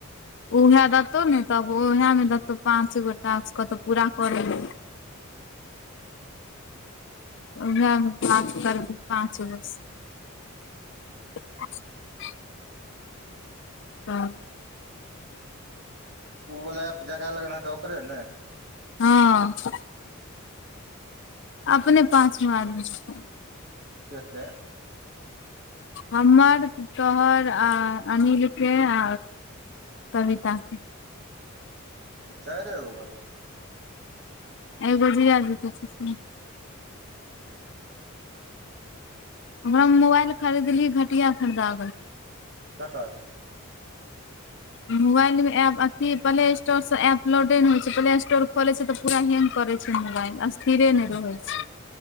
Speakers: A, on the left (about 55°); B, on the right (about 50°).
A: उएह देतौ न तऽ उएहमे देतौ पाँच गो टास्क कतौ पूरा करय लए <unintelligible>
B: <unintelligible>
A: उएह मे बात करवीही पाँचगो से <unintelligible> हँ
B: उ वाला एप जकरा लग रहतै ओकरे ल
A: हँ अपने पाँच मार्ग छै
B: कते
A: हमर तोहर आ अनिल के आ कविता से
B: त चारे गो भलौ
A: एगो जीजा जी के छैय से
B: <unintelligible>
A: हमरा मोबाइल खरीदली घटिया खरीदा
B: ककर
A: मोबाइल मे एप अथी प्ले स्टोर से एप लोडे न होइ छै प्ले स्टोर खोले छै तऽ पूरा हेंग करै छै मोबाइल स्थिरे नहि रहै छै